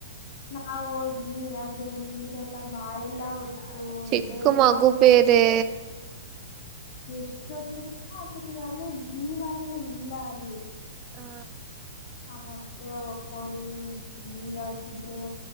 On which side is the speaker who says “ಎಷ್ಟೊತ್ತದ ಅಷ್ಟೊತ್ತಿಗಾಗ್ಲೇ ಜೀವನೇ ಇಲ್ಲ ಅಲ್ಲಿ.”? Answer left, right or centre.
Left